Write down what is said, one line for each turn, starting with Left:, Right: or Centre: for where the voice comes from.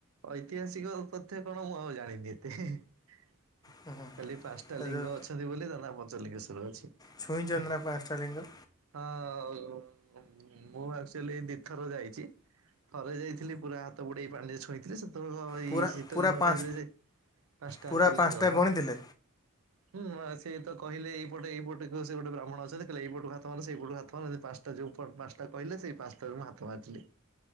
Right: ଐତିହାସିକ କଥା କଣ ମୁଁ ଆଉ ଜାଣିନି ଏତେ। <unintelligible>
Left: ହୁଁ ହୁଁ
Right: ଖାଲି ପାଞ୍ଚଟା
Left: ତା
Right: ଲିଙ୍ଗ
Left: ଯେଉଁ
Right: ଅଛନ୍ତି ବୋଲି ତା ନା ପଞ୍ଚଲିଙ୍ଗେଶ୍ୱର ଅଛି।
Left: ଛୁଇଁଛନ୍ତି ନା ପାଞ୍ଚଟା ଲିଙ୍ଗ।
Right: ହଁ ମୁଁ ଆକ୍ଚୁଆଲି ଦିଥର ଯାଇଛି। ଥରେ ଯାଇଥିଲି ପୁରା ହାତ ବୁଡେଇ ପାଣିରେ ଛୁଇଁଥିଲି ସେତେବେଳେ ହ
Left: ପୁରା
Right: ଏଇ ଶୀତ
Left: ପୁରା
Right: ଦିନ
Left: ପାଞ୍ଚ
Right: ଟାଇମ୍ ରେ ଯାଇ ପାଞ୍ଚଟାଙ୍କ
Left: ପୁରା
Right: ଲିଙ୍ଗ
Left: ପାଞ୍ଚଟା
Right: ହଁ।
Left: ଗଣିଥିଲେ
Right: ହୁଁ ଆ ସିଏ ତ କହିଲେ ଏଇପଟେ ଏଇପଟକୁ ସେ ଗୋଟେ ବ୍ରାହ୍ଣଣ ଅଛନ୍ତି କହିଲେ ଏଇପଟୁ ହାତ ମାର ସେଇପଟୁ ହାତ ମାର ମାନେ ପାଞ୍ଚ ଯୋଉ ପ ପାଞ୍ଚଟା କହିଲେ ସେଇ ପାଞ୍ଚଟାରୁ ମୁଁ ହାତ ମାରିଥିଲି।